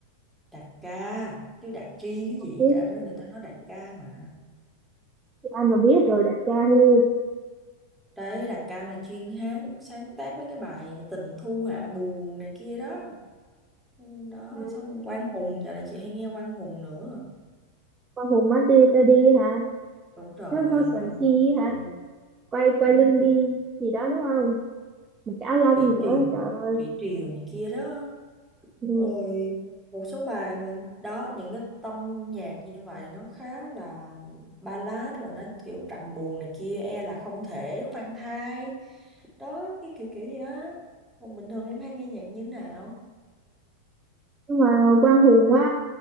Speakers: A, in the centre; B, on the right (about 20°).
A: Đạt Ca, chứ Đạt Chi cái
B: không
A: gì?
B: biết
A: Tại đó người ta nói Đạt Ca mà.
B: chị ai mà biết
A: Đạt,
B: rồi đặt ca hu
A: đấy, Đạt Ca là chuyên hát, sáng tác mấy cái bài tình thu hạ buồn này kia đó. Ừ, Đó,
B: Ừ.
A: xong Quang Hùng, dạo này chị hay nghe Quang Hùng nữa.
B: qua Hồ Mati đi hả
A: Đúng rồi,
B: số số
A: Quang
B: sần
A: Hùng
B: si
A: Master,
B: hả quay quay
A: đúng
B: lưng
A: rồi.
B: đi gì đó đúng không một cái áo lông
A: Thủy
B: nữa
A: Triều,
B: trời ơi
A: Thủy Triều này kia đó.
B: ừ.
A: rồi một số bài mà đó những cái tông nhạc như vậy nó khá là ballad và nó kiểu trầm buồn này kia e là không thể khoan thai đó cái kiểu kiểu gì á còn bình thường em hay nghe nhạc như thế nào
B: nhưng mà Quang Hùng quá